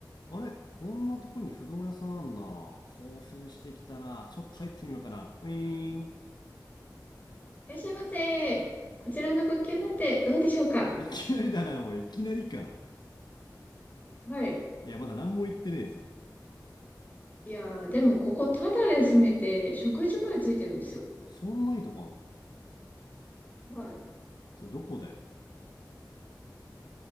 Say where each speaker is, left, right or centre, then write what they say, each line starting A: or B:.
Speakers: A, on the left; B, on the left.
A: あれこんなとこに不動屋さんあんな。興奮してきたな。ちょっと入ってみようかな。ウィーン。
B: いらっしゃいませ。こちらの物件なんてどうでしょうか
A: いきなりだな、おい。いきなりか。
B: はい。
A: いや、まだ何も言ってねえぞ。
B: いやー、でもここタダで住めて、食事までついてるんですよ。
A: そんないいとこあんの
B: はい。
A: それどこだよ。